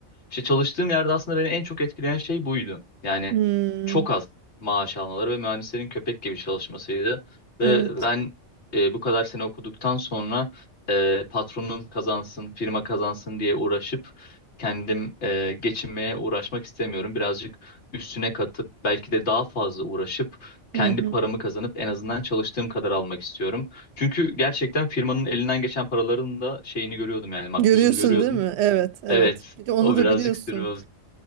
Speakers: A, on the left; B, on the right.
A: İşte çalıştığım yerde aslında beni en çok etkileyen şey buydu. Yani
B: Hmm.
A: çok az maaş almaları ve mühendislerin köpek gibi çalışmasıydı. Ve
B: Evet.
A: ben e, bu kadar sene okuduktan sonra e, patronum kazansın, firma kazansın diye uğraşıp kendim e, geçinmeye uğraşmak istemiyorum. Birazcık üstüne katıp belki de daha fazla uğraşıp kendi
B: Hı hı.
A: paramı kazanıp en azından çalıştığım kadar almak istiyorum. Çünkü gerçekten firmanın elinden geçen paraların da şeyini görüyordum yani makbuzunu
B: Görüyorsun
A: görüyordum.
B: değil mi? Evet, evet.
A: Evet,
B: Bir de onu
A: o
B: da
A: birazcık
B: biliyorsun.
A: sırrı